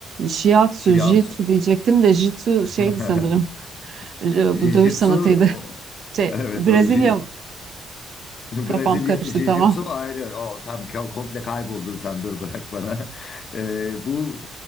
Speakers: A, on the right; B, on the left.
A: Shiatsu,
B: Shiatsu.
A: Jitsu diyecektim de Jitsu
B: <laughs>
A: şeydi sanırım. <laughs>
B: Jiu-Jitsu
A: Bu dövüş sanatıydı.
B: o-
A: Şey,
B: evet
A: Brezilya
B: o ji, <laughs> Brezilya
A: kafam karıştı
B: Jiu-Jitsu
A: tamam.
B: ayrı. O, tam ka- komple kayboldun sen dur bırak bana. <laughs> Ee, bu